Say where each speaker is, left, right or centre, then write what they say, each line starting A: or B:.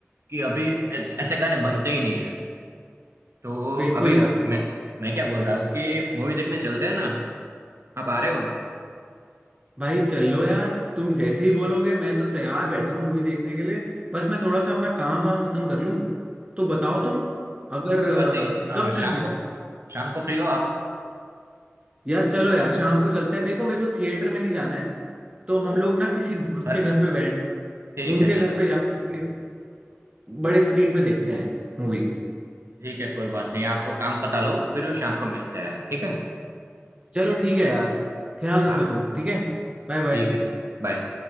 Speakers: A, on the right; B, on the right.
A: कि अभी ऐ- ऐसे गाने बनते ही नहीं है तो
B: बिल्कुल
A: अभी
B: यार
A: मैं मैं क्या बोल रहा हूँ कि मूवी देखने चलते हैं ना आप आ रहे हो
B: भाई चलो यार तुम जैसे ही बोलोगे मैं तो तैयार बैठा हूँ मूवी देखने के लिए बस मैं थोड़ा सा अपना काम वाम खत्म कर लूँ तो बताओ
A: कोई
B: तुम अगर
A: कोई
B: अ,
A: बात नहीं अ,
B: कब चलना
A: शाम को
B: है
A: शाम को फ्री हो आप
B: यार चलो यार शाम को चलते हैं देखो मेरे को थिएटर में नहीं जाना है तो
A: तो
B: हम लोग ना किसी दोस्त
A: पर
B: के घर पे बैठ
A: ठीक
B: उनके
A: है ठीक
B: घर
A: है
B: पे जाके अ, बड़े स्क्रीन पे देखते हैं मूवी
A: ठीक है कोई बात नहीं आप काम पता लो फिर शाम को मिलते हैं ठीक है
B: चलो ठीक है यार ख्याल रखो
A: हाँ
B: तुम ठीक है Bye bye
A: ठीक है ठीक बाय